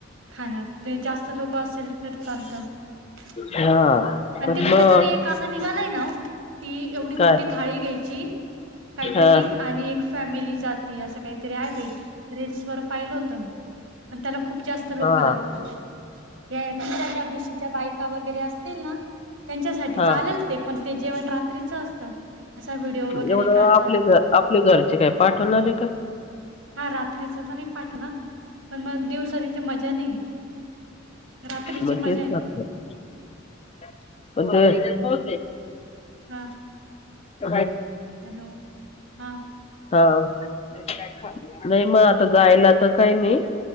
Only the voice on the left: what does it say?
हा.
पण
मग
काय
हा
हा
हा
एवढं
आपले घर आपले घरचे काय पाठवणार आहे का
बचत
करतात
काय बोल
<unintelligible>
हा नाही मग आता जायला तर काही नाही